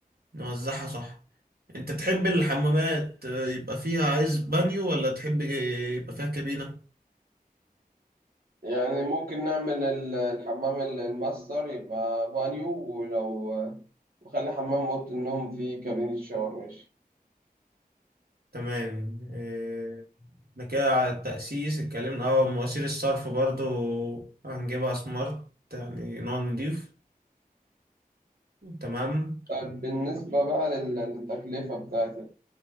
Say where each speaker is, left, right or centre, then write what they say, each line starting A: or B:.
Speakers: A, on the right; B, on the right.
A: نوزعها صح انت تحب الحمامات آه، يبقى فيها عايز بانيو ولا تحب ج- يبقى فيها كابينة
B: يعني ممكن نعمل ال- الحمام ال- الماستر يبقى بانيو ولو وخلي حمام أوضة النوم فيه كابينة شاور ماشي
A: تمام آه، احنا كده على التأسيس اتكلمنا اه مواسير الصرف برضو هنجيبها سمارت يعني نوع نضيف تمام
B: طيب بالنسبة بقى لل- للتكلفة بتاعت